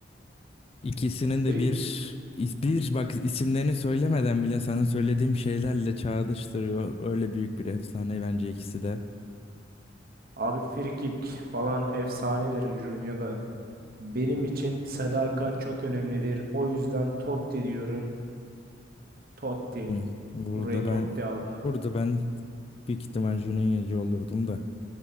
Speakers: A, on the left (about 30°); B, on the right (about 55°).
A: İkisinin de
B: Fri-
A: bir bir bak isimlerini söylemeden bile sana söylediğim şeylerle çağrıştırıyor. Öyle büyük bir efsane bence ikisi de.
B: abi frikik falan efsanedir Juninho da. Benim için sadakat çok önemlidir. O yüzden Totti diyorum. Totti.
A: Hı. Burada
B: Burayı
A: ben
B: Totti aldı.
A: burada ben büyük ihtimal Juninho'cu olurdum da.